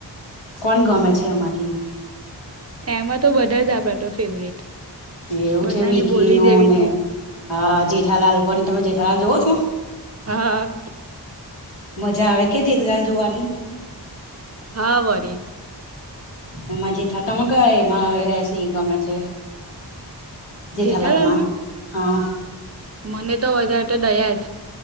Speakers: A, on the left; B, on the right.
A: કોણ ગમે છે એમાંથી?
B: એમાં તો બધા જ આપણા તો ફેવરેટ.
A: એવું
B: બધાની
A: છે વકી
B: બોલી
A: નું
B: જેવી
A: અનેને
B: છે.
A: હ જેઠાલાલ પણ તમે જેઠાલાલ જોવ છો?
B: હા.
A: મજા આવે કે રીતે ચાલ જોવાની?
B: હા બરી.
A: એમાં જ થ તને ક એમાં એસી ગમે છે. જીથાલાલ
B: જેઠાલાલમાં
A: માં હા.
B: મને તો વધારે તો દયા જ